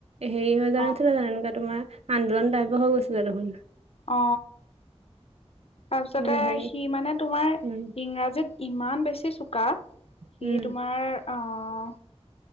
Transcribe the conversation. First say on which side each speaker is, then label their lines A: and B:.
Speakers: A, on the right; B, on the left.
A: হেৰি হৈ যোৱা
B: অ
A: নাছিলে জান এনেকুৱা তোমাৰ। আন্দোলন টাইপ হ গৈছিলে দেখোন।
B: অ তাৰপিছতে
A: মানে হেৰি
B: সি মানে তোমাৰ
A: উম
B: ইংৰাজীত ইমান বেছি চোকা সি
A: উম
B: তোমাৰ। আহ